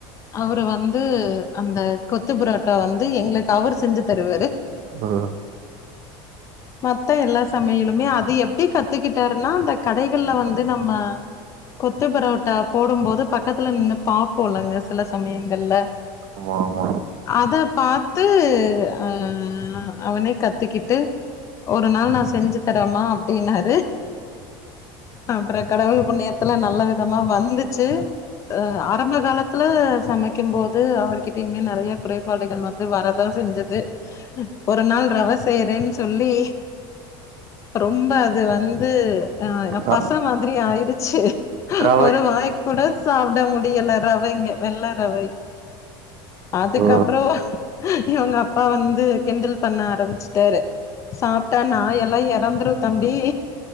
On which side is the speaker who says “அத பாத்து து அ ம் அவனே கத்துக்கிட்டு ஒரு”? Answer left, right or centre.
Left